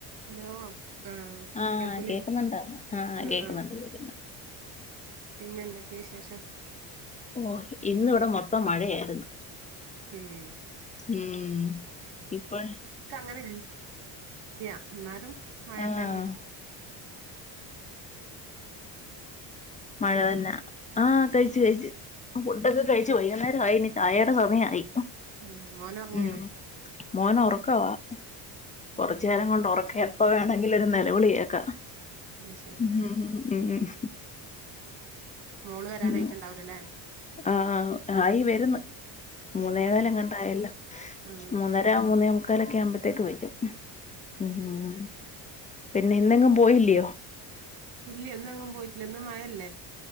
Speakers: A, on the right (about 80°); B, on the left (about 20°).
A: Hello ആഹ്
B: ആഹ്
A: കേൾക്കുന്നില്ലെ
B: കേക്കുന്നുണ്ടോ
A: ആഹ്
B: കേക്കുന്നുണ്ട്
A: ആഹ്
B: കേക്കുന്നുണ്ട്
A: പിന്നെ എന്തൊക്കെ വിശേഷം
B: ഓ ഇന്ന് ഇവിടെ മൊത്തം മഴയായിരുന്ന്
A: ഉം
B: ഉം ഇപ്പം
A: ക്ക് അങ്ങനെ ചെയ്യാം എന്നാലും- മഴം
B: ആഹ്
A: തന്നെ ട്ടോ
B: മഴ തന്നയാ ആഹ് കഴിച്ചു കഴിച്ചു ഫുഡൊക്കെ കഴിച്ചു വൈകുന്നേരം ആയി ഇനി ചായയുടെ സമയായി
A: ഉം മോന് ഒറങ്ങിയോ
B: ഉം മോന് ഒറക്കവാ കൊറച്ചു
A: ഉം
B: നേരം കൊണ്ട് ഒറക്കെയാണ് എപ്പോ വേണമെങ്കിലും ഒരു നെലവിളി കേക്കാം
A: അത് ശരി
B: മ് മ് മ് മ് മ് മ്
A: മോള് വരാനായിട്ട്
B: ഉം
A: ഇണ്ടാവും അല്ലേ
B: ആഹ് ആഹ് ആയി വരുന്ന് മൂന്നേകാല്
A: ഉം ഉം
B: എങ്ങാണ്ട് ആയല്ലോ
A: ഉം
B: മൂന്നേ അര മൂന്നേ മുക്കാലൊക്കെ ആവുമ്പോഴത്തേക്ക് വരും ഉം ഉം ഉം പിന്നെ ഇന്ന് എങ്ങും പോയില്ലിയോ
A: ഇല്ലിയ ഇന്ന് എങ്ങും പോയിട്ടില്ല ഇന്ന് മഴ അല്ലേ